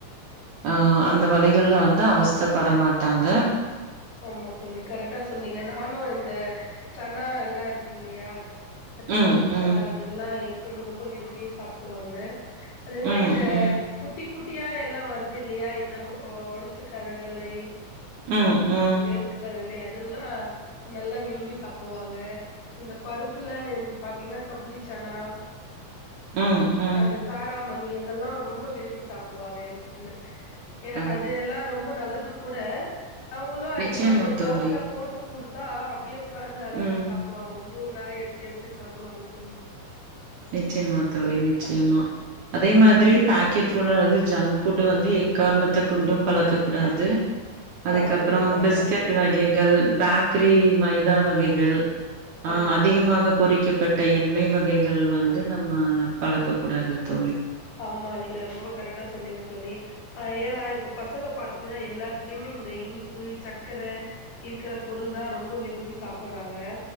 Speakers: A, on the right; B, on the left.
A: ஆ அந்த வலிகள்ல வந்து அவஸ்தப்பட மாட்டாங்க
B: ஆமா தோழி கரெட்டா சொன்னீங்க நானும் இந்த சன்னா எல்லாம் இருக்கு இல்லையா இந்த கபூலிச்சனா
A: ம், ம்,
B: அதெல்லாம் ஒண்ணு ரொம்ப விரும்பியே சாப்டுவாங்க அதே மாரி
A: ம்,
B: இந்த
A: ம்,
B: குட்டி குட் டியா எல்லாம் வருது இல்லையா இந்த ஒ ஒடச்சக்கரனல்லை
A: ம் ம்
B: இருக்கல அதெல்லாம் நல்லா விரும்பி சாப்டுவாங்க இந்த பருப்புல இந்த பாத்தீங்கன்னா கபுளிச்சனா
A: ம், ம்.
B: அந்த காராமணி அதெல்லா ரொம்ப விரும்பி சாப் புடுவாங்க என் பொண்ணு ஏனா
A: ஓ!
B: அது எல்லாம் ரொம்ப நல்லது கூட அவுங்களும் அந்த
A: நிச்சயமா
B: மாரி ஒரு
A: தோழி.
B: பவுல்ல போட்டு குடுத் தா அப்டியே உக்காந்து அழகா
A: ம்.
B: சாப்டுவாங்க ஒன் னு ஒன்னா எடுத்து எடுத்து சாப்டுவாங்க தோழி
A: நிச்சயமா தோழி நிச்சயமா அதே மாதிரி பாக்கெட் புடோ அல்லது ஜங்க் ஃபுட்டு வந்து எக்காரணத்த கொண்டும் பழக்க கூடாது அதுக்கப்புறம்
B: ஆமா தோழி கரெக்டா
A: பிஸ்கேட்டு
B: சொன்னீங்க
A: வகைகள் பேக்கரி மைதா வ கைகள் ஆ
B: ஆமா
A: அதிகமாக பொறிக்க பட்ட எண்ணெய் வகை கள் வந்து நம்ம பழக்க கூடாது தோழி
B: ஆமா நீங்க ரொம்ப கரட்டா சொன்னீங்க தோழி ஆ ஏன்னா இப்ப பசங்க பாத்தீங்கன்னா எல்லாத்துலயுமே இந்த இனிப்பு சக்கர இருக்கிற பொருள் தா ரொம்ப விரும்பி சாப்படறாங்க